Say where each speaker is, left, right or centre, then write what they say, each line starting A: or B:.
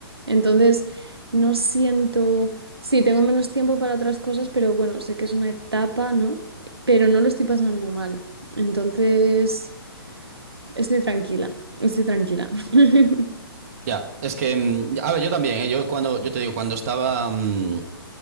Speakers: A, on the right; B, on the right.
A: Entonces, no siento, sí, tengo menos tiempo para otras cosas, pero bueno, sé que es una etapa, ¿no? Pero no lo estoy pasando mal. Entonces, estoy tranquila, estoy tranquila. <laughs>
B: Ya. Es que, mm, a ver, yo también, ¿eh? Yo cuando, yo te digo, cuando estaba... mm,